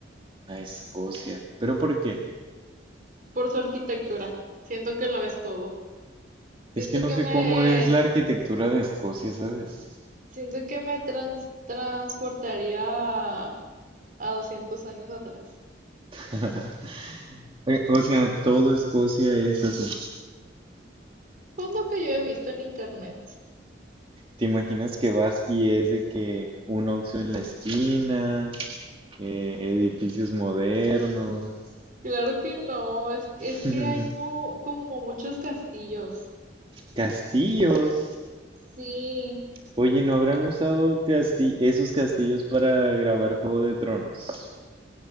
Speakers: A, on the right; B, on the right.
A: a Escocia. ¿Pero por qué?
B: por su arquitectura. Siento que lo es todo.
A: Es
B: Siento
A: que no
B: que
A: sé
B: me,
A: cómo es la arquitectura de Escocia, ¿sabes?
B: siento que me trans- transportaría a, a 200 años atrás.
A: <laughs> Eh, O sea, todo Escocia es así.
B: Pues lo que yo he visto en internet. sí.
A: ¿Te imaginas que vas y es de que un Oxxo en la esquina, eh, edificios modernos,
B: Claro que no, es, es
A: <laughs>
B: que hay mu- como muchos castillos.
A: castillos?
B: Sí,
A: Oye, ¿no habrán usado casti- esos castillos para grabar Juego de Tronos?